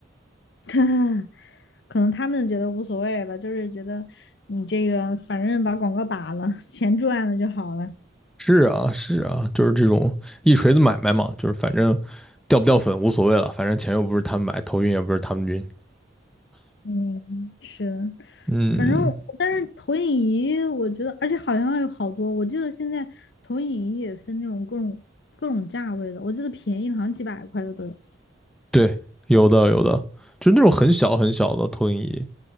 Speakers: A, on the left (about 60°); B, in the centre.
A: <laughs> 可能他们觉得无所谓吧，就是觉得你这个反正把广告打了，<laughs> 钱赚了就好了。
B: 是啊，是啊，就是这种一锤子买卖嘛，就是反正掉不掉粉无所谓了，反正钱又不是他们买，头晕也不是他们晕。
A: 嗯，是
B: 嗯，
A: 反正我但是投影仪，我觉得，而且好像有好多，我记得现在投影仪也分那种各种各种价位的，我记得便宜的好像几百块的都有。
B: 对，有的有的，就那种很小很小的投影仪。